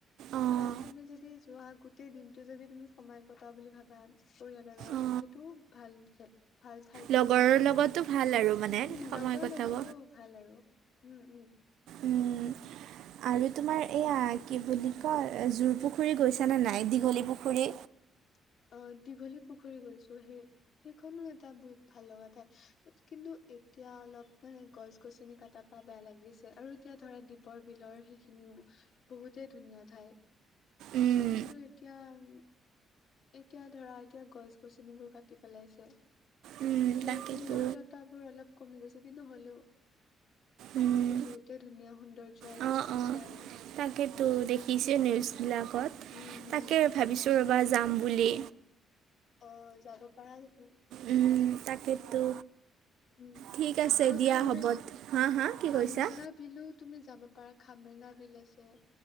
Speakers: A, on the right; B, on the left.
A: অঁ
B: তাত তুমি যদি যোৱা গোটেই দিন টো যদি তুমি সময় কতা বুলি ভাবা পৰিয়ালৰ লগত
A: অঁ
B: সেইটোও ভাল পিছে। ভাল ঠাই বুলি
A: লগৰৰ
B: মই ভাবো
A: লগতো ভাল আৰু মানে
B: উম
A: সময়
B: লগৰ
A: কটাব
B: লগতো ভাল আৰু উম -উম
A: উম, আৰু তোমাৰ এইয়া কি বুলি কয় জোৰ-পুখুৰী গৈছা নে নাই দীঘলী পুখুৰী?
B: <inaudible> অহ, দীঘলী পুখুৰী গৈছো সেই -সেইখনো এটা বহুত ভাল লগা ঠাই কিন্তু এ তিয়া অলপ মানে গছ-গছনি কাটাৰ পৰা বেয়া লাগি গৈছে আৰু এতিয়া ধৰা দীপৰ বিলৰ সেইখিনিও বহুতেই ধুনীয়া ঠাই
A: উম,
B: কিন্তু এতিয়া উম। এতিয়া ধৰা এতিয়া গছ-গছনিবোৰ কাটি পেলাইছে
A: উম,
B: ত'
A: তাকেতো
B: সৌন্দৰ্যতাবোৰ অলপ কমি গৈছে কিন্তু হ'লেও
A: উম,
B: আগতে বহুত ধুনীয়া সৌন্দৰ্য আছিল
A: অঁ অঁ
B: তাৰে।
A: তাকেতো দেখিছে নিউজ বিলাকত
B: উম
A: তাকে
B: হম
A: ভাবিছো ৰ- বা যাম বুলি
B: অহ, যাব পাৰা তুমি।
A: উম, তাকেতো।
B: উম,
A: ঠিক আছে
B: আৰু
A: দিয়া
B: খামৰে
A: হ'ব হা হা কি
B: খামৰেঙা
A: কৈছা
B: বিলো তুমি যাব পাৰা খামৰেঙা বিল আছে।